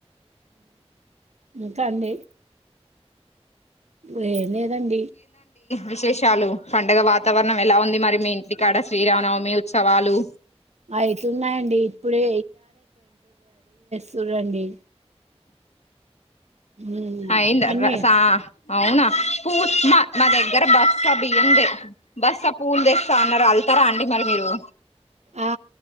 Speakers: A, on the right; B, on the left.
A: మ్ తండి లే నెదండి
B: విషెషాలు పండగ వాతావరణం ఎలా ఉంది మరి మెయిన్లీ ఇక్కడ శ్రీరామనవమి ఉత్సవాలు
A: అయితున్నాయండి. ఇప్పుడే తూరండి హ్మ్.
B: అయ్యిందా
A: అన్నీ
B: రసా అవున పూ మా మా దగ్గర బస్సా బియ్యం బస్సా పూలు తెస్తా అన్నారు అళ్తారా అండి మరి మీరు
A: ఆ